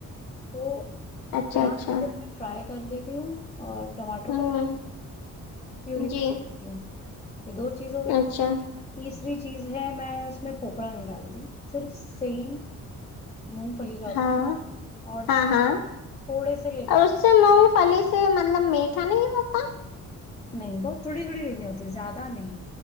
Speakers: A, on the left; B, on the left.
A: تو
B: اچھا
A: پیاز
B: اچھا
A: کو میں فرائی کر لیتی ہوں اور ٹماٹر
B: ہوں
A: کو پیوری کرلیتی
B: جی
A: ہوں یہ دو چیز ہو گئی
B: اچھا
A: تیسری چیز ہے میں اس میں پھوپڑا نہیں ڈالتی صرف سنگ مونگ پھلی جاتی
B: ہاں
A: ہے اور
B: ہاں ہاں
A: تھوڑے سے لے کر
B: اور اس سے مونگ فھلی سے مطلب میٹھا نہیں ہوتا
A: نہیں تو تھوڑی تھوڑی لینی ہوتی ہے زیادہ نہیں